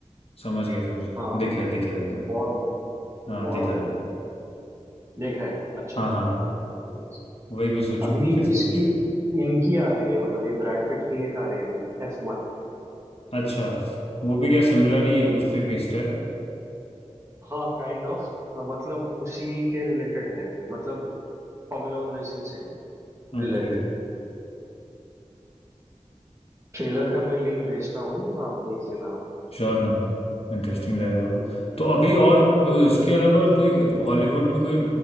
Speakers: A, on the left; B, on the right.
A: समझ गया समझ गया
B: हाँ
A: देखा देखा देखा
B: बहुत बढ़िया
A: हाँ
B: बहुत
A: देखा
B: बढ़िया
A: देखा
B: देखा है अच्छा
A: हाँ
B: ठीक
A: हाँ
B: है Yes.
A: वही भी सोचू
B: अभी
A: कि कैसे
B: इसकी
A: मिस हो गया
B: इनकी आ रही है मतलब ये ब्रैड पिट की एक आ रही है अभी एफ वन
A: अच्छा वो भी क्या सिमिलर ही उस पे बेस्ड है
B: हाँ काइंड ऑफ मतलब उसी के रिलेटेड है अभी मतलब फॉर्मूला वन रेसिंग से है रिलेटेड
A: ओके
B: ट्रेलर का मैं लिंक भेजता हूँ आप देख लेना
A: श्योर ना इंटरेस्टिंग रहेगा
B: हम्म।
A: तो अभी और अ, इसके अलावा और कोई हॉलीवुड में कोई